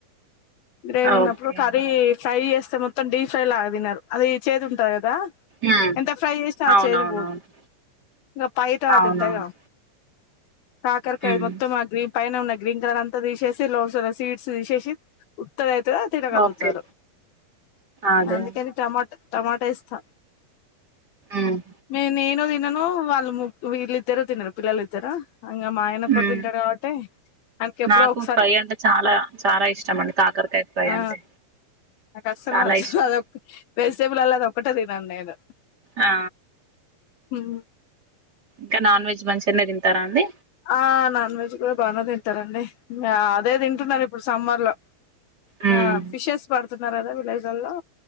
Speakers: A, on the left (about 85°); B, on the right (about 30°).
A: గ్రేవీ ఉన్నప్పుడు
B: ఓకే
A: కర్రీ
B: అండి
A: ఫ్రై చేస్ మొత్తం డి ఫ్రై లాగా తినరు అది చెడుంటాది
B: మ్మ్
A: ఎంత ఫ్రై చేసిినా ఆ
B: అవునవునవును
A: చేేదు పోదు ఇంకా పైటా
B: అవునవును
A: అది ఉంటది కాదా కాకరకాయ
B: మ్మ్
A: మొత్తం ఆ గ్రేమ్ పైన ఉన్న గ్రీన్ కలర్ అంతా తీసేసి లోపాల అంత సీడ్స్ తీసేసి <inaudible> తినగలుగుతారు
B: ఓకే అదే
A: అందుకని టమాట టమాటా వేస్తా
B: మ్మ్
A: మీ నేను తినను వాళ్ళు ము వీళ్ళు ఇద్దరు తినరు పిల్లలు ఇద్దరు ఇంకా మా ఆయన
B: మ్మ్
A: కూడా తింటాడు కాబట్టి ఆయనకి ఎప్పుడో
B: నాకు
A: ఒకసారి
B: ఫ్రై అంటే చాలా చాలా ఇష్టం అండి కాకరకాయ ఫ్రై
A: ఆ
B: అంటే
A: నాకు అసలు
B: చాలా
A: నచ్చదు
B: ఇష్టం
A: <inaudible> ఒకటే తినను నేను
B: ఆ
A: హ్మ్
B: ఇంకా నాన్ వెజ్ మంచిగానే తింటారాండి
A: ఆ నాన్ వెజ్ కూడా బానే తింటారండి ఆ అదే తింటున్నాను ఇప్పుడు సమ్మర్ లో
B: మ్మ్
A: ఆ ఫిషెస్ పాడుతు న రాదా విలేజలో